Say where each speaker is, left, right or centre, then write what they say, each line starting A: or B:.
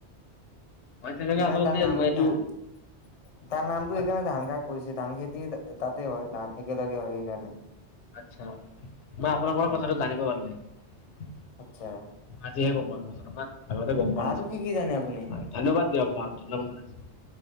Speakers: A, on the left; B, on the left.
A: মই তেনেকে
B: সখ
A: আচলতে
B: তাৰ নামটো,
A: মই এইটো
B: ধ তাৰ নামটো
A: আচ্ছা
B: এখ ধান কাক কৰিছে। ধান খেতি তাতে হয় ধান একেলগে হয় সেইকাৰণে।
A: আচছা মই আপোনাৰ পৰা
B: উম
A: কথাটো জানিব পালোহে।
B: আচ্ছা
A: আজিহে গম পালো মচ আমাক আগতে গম পোৱা
B: আৰু
A: নাছিলো,
B: কি কি জানে আপুনি?
A: হয় ধন্যবাদ। দজ ন বাইছে।